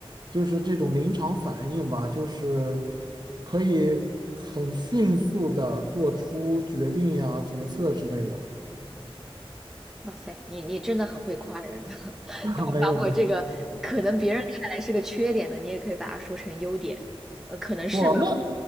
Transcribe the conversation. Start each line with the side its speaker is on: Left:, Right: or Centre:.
Right: 就是这种临场反应吧，就是可以很迅速的做出决定呀、决策之类的。
Centre: 哇塞，你你真的很会夸人，<laughs>
Right: <laughs> 没有没有，
Centre: 把把我这个可能别人看来是个缺点的，你也可以把它说成优点，呃，可能是吧。
Right: 不，那